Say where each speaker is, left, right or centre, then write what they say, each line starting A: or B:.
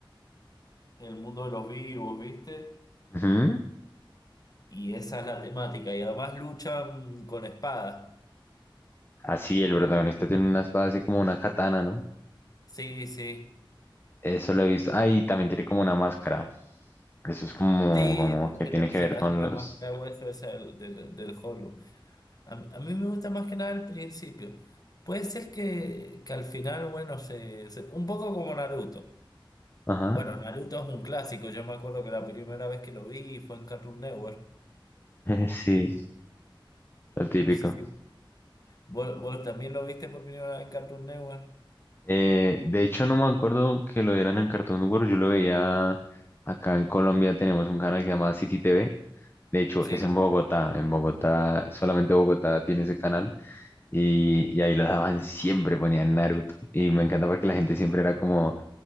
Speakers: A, on the left; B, on the left.
A: el mundo de los vivos, ¿viste?
B: Ujú.
A: Y esa es la temática. Y además luchan con espadas.
B: Así, el protagonista tiene una espada así como una katana, ¿no?
A: Sí, sí.
B: Eso lo he visto. Ah, y también tiene como una máscara. Eso es como,
A: Sí,
B: como que
A: se
B: tiene
A: le,
B: que
A: se
B: ver
A: le hace
B: con
A: la
B: los...
A: máscara de hueso esa del, del, del Hollow. A, a mí me gusta más que nada al principio. Puede ser que, que al final, bueno, se, se- un poco como Naruto.
B: Ajá.
A: Bueno, Naruto es un clásico. Yo me acuerdo que la primera vez que lo vi fue en Cartoon Network.
B: <laughs> Sí, lo típico.
A: No sé si vos, vos también lo viste por primera vez en Cartoon Network.
B: Eh, de hecho, no me acuerdo que lo dieran en Cartoon Network. Yo lo veía acá en Colombia. Tenemos un canal que se llama City TV. De hecho,
A: Sí.
B: es en Bogotá. En Bogotá, solamente Bogotá tiene ese canal. Y, y ahí lo daban <laughs> siempre, ponían Naruto. Y me encanta porque la gente siempre era como,